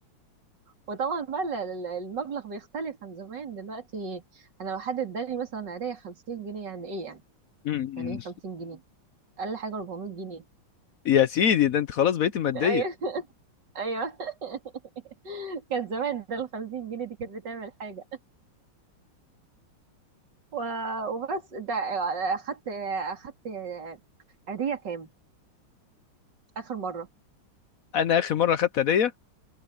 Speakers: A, on the right; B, on the left.
A: وطبعا بقى ال- ال- المبلغ بيختلف عن زمان دلوقتي انا لو حد اداني مثلا عيدية 50 جنيه يعني ايه يعني
B: م- م.
A: يعني ايه 50 جنيه اقل حاجة 400 جنيه
B: يا سيدي ده انت خلاص بقيت مادية
A: ايوه <laughs> ايوه <laughs> كان زمان ده ال 50 جنيه دي كانت بتعمل حاجة و- وبس ده اخدت اخدت عيدية كام اخر مرة
B: انا اخر مره اخدت هديه